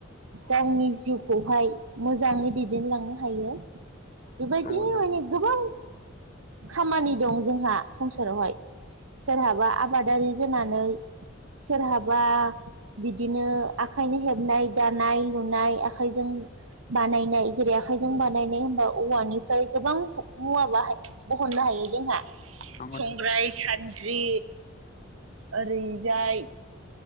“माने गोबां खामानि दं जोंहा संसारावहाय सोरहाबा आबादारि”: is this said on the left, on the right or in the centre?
Right